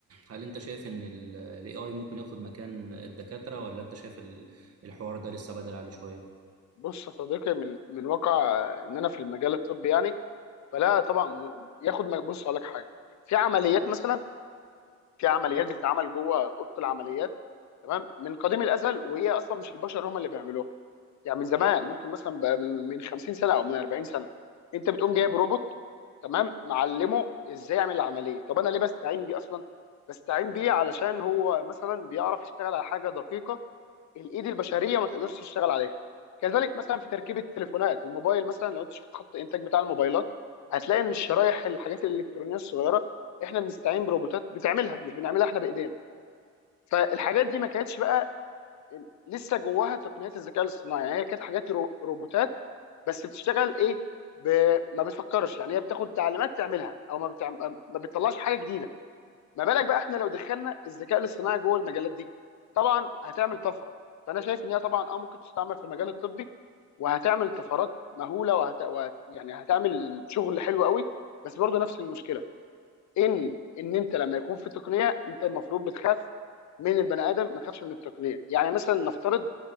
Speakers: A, on the right; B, on the left.
A: هل انت شايف ان الاي اي ممكن ياخد مكان الدكاترة ولا انت شايف ال- الحوار ده لسه بدري عليه شوية
B: بص يا صديقي من من واقع ان انا في المجال الطبي يعني فلا طبعا م- ياخد مج- بص اقول لك حاجه في عمليات مثلا في عمليات بتتعمل جوه اوضه العمليات تمام من قديم الازل وهي اصلا مش البشر هم اللي بيعملوها يعني من زمان ممكن مثلا بقى من من 50 سنه او من 40 سنه انت بتقوم جايب روبوت تمام معلمه ازاي يعمل العمليه طب انا ليه بستعين بيه اصلا بستعين بيه علشان هو مثلا بيعرف يشتغل على حاجه دقيقه الايد البشريه ما تقدرش تشتغل عليها كذلك مثلا في تركيب التليفونات الموبايل مثلا لو انت شفت خط الانتاج بتاع الموبايلات هتلاقي ان الشرايح الحاجات الالكترونيه الصغيره احنا بنستعين بروبوتات بتعملها مش بنعملها احنا بايدينا فالحاجات دي ما كانتش بقى لسه جواها تقنيات الذكاء الاصطناعي يعني هي كانت حاجات رو- روبوتات بس بتشتغل ايه ب... ما بتفكرش يعني هي بتاخد تعليمات تعملها او ما, بتعم... ما بتطلعش حاجه جديده ما بالك بقى احنا لو دخلنا الذكاء الاصطناعي جوه المجالات دي طبعا هتعمل طفره فانا شايف ان هي طبعا اه ممكن تستعمل في المجال الطبي وهتعمل طفرات مهوله وهت... وهت... يعني هتعمل شغل حلو قوي بس برضه نفس المشكله ان ان انت لما يكون في تقنيه انت المفروض بتخاف من البني ادم ما تخافش من التقنيه يعني مثلا نفترض